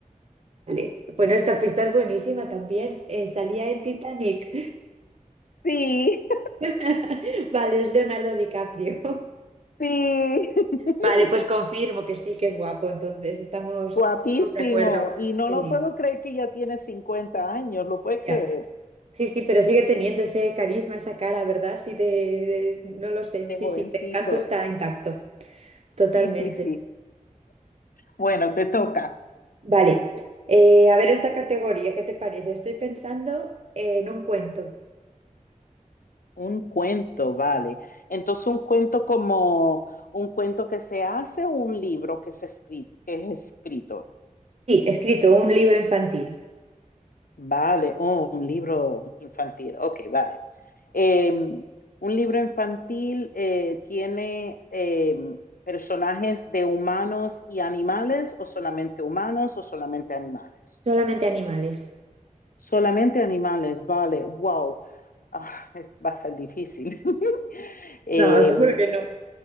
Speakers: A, on the right; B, on the left.
A: Vale. Bueno, esta pista es buenísima también. Eh, salía en Titanic.
B: Sí,
A: <laughs> Vale, es Leonardo DiCaprio.
B: <laughs> sí.
A: Vale, pues confirmo que sí, que es guapo, entonces estamos,
B: <laughs> Guapísimo.
A: estamos de acuerdo.
B: Y no
A: Sí,
B: lo puedo creer que ya tiene 50 años, lo puedes
A: ya.
B: creer,
A: Sí, sí, pero sigue teniendo ese carisma, esa cara, ¿verdad? Sí, de, de- no lo sé.
B: de
A: Sí,
B: jovencito.
A: sí, el encanto está intacto, totalmente.
B: Sí, sí, sí. Bueno, te toca.
A: Vale, eh, a ver esta categoría, ¿qué te parece? Estoy pensando en un cuento.
B: Un cuento, vale. Entonces, un cuento como un cuento que se hace o un libro que se escri- que es escrito.
A: Sí, escrito, un libro infantil.
B: Vale, oh, un libro infantil. Ok, vale. Eh, un libro infantil eh, tiene eh, personajes de humanos y animales, o solamente humanos, o solamente animales.
A: Solamente animales.
B: Solamente animales, vale. Wow. Ah, es- va a estar difícil. <laughs> Eh,
A: No, seguro que no.